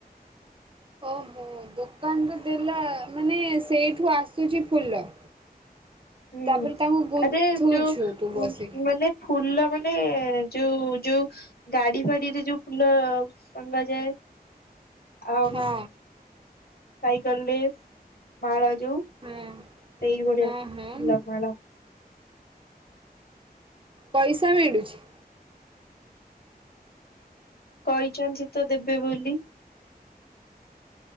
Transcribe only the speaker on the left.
ହୁଁ
ଆରେ ଯୋଉ
ଉ ମାନେ ଫୁଲ ମାନେ ଯୋଉ ଯୋଉ ଗାଡି ଫାଡିରେ ଯୋଉ ଫୁଲ ଟଙ୍ଗାଯାଏ ଆଉ
ସାଇକେଲରେ ମାଳା ଯୋଉ,
ସେଇଭଳିଆ
ଫୁଲ
ମାଳ।
କହିଛନ୍ତି ତ ଦେବେ ବୋଲି?